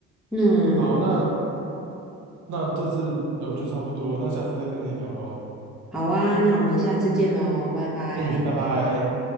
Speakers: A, in the centre; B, on the right (about 60°).
A: 那
B: 好，那那这次呃就差不多，那下次再跟你聊喽。
A: 好啊，那我们下次见喽，拜拜。
B: 嗯，拜拜。